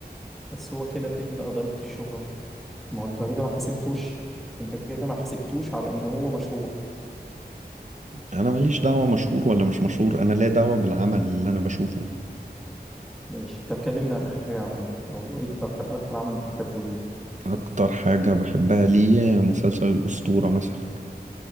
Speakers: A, in the centre; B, on the right.
A: بس هو كده فين بقى ضريبه الشهره ما هو انت كده ما حسبتوش انت كده ما حسبتوش على ان هو مشهور
B: انا ماليش دعوة مشهور ولا مش مشهور انا لا دعوة بالعمل اللي انا بشوفه
A: ماشي طب كلمنا عن اخر حاجه عملها او إيه اكتر اكتر عمل بتحبه ليه
B: اكتر حاجة بحبها ليه مسلسل الأسطورة مثلا